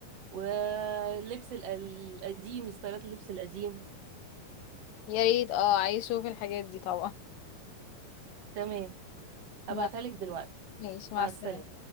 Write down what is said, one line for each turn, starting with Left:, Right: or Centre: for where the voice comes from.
Right: واللبس ال- القديم ستايلات اللبس القديم
Left: يا ريت اه عايشوا في الحاجات دي طبعا
Right: تمام هبعتها
Left: ما-
Right: لك دلوقتي
Left: ماشي مع
Right: مع
Left: السلامة
Right: السلامة